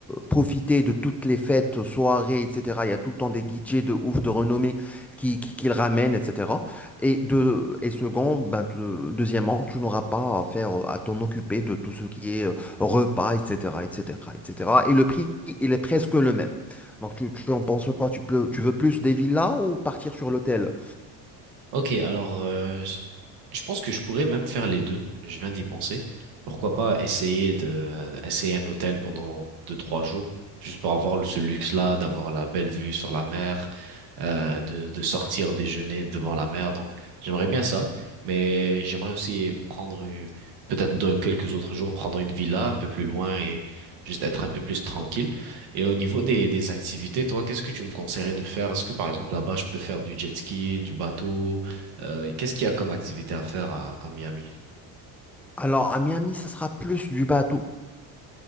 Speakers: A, in the centre; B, on the right (about 70°).
A: profiter de toutes les fêtes, soirées, etc. Il y a tout le temps des DJ de ouf, de renommée qui, qui, qui le ramènent, etc. Et, de, et second, ben, te- deuxièmement, tu n'auras pas à faire, euh, à t'en occuper de tout ce qui est repas, etc., etc., etc. Et cetera. Et le prix, il est presque le même. Donc, tu, tu en penses quoi? Tu, peux- tu veux plus des villas ou partir sur l'hôtel?
B: Ok, alors euh, je je pense que je pourrais même faire les deux. Je viens d'y penser. Pourquoi pas essayer de euh, essayer un hôtel pendant deux, trois jours, juste pour avoir le- ce luxe-là, d'avoir la belle vue sur la mer, euh, de, de sortir déjeuner devant la mer. Donc j'aimerais bien ça, mais j'aimerais aussi prendre une- peut-être de quelques autres jours, prendre une villa un peu plus loin et juste être un peu plus tranquille. Et au niveau des, des activités, toi, qu'est-ce que tu me conseillerais de faire? Est-ce que par exemple là-bas je peux faire du jet ski, du bateau? Euh, qu'est-ce qu'il y a comme activité à faire à, à Miami?
A: Alors, à Miami, ça sera plus du bateau.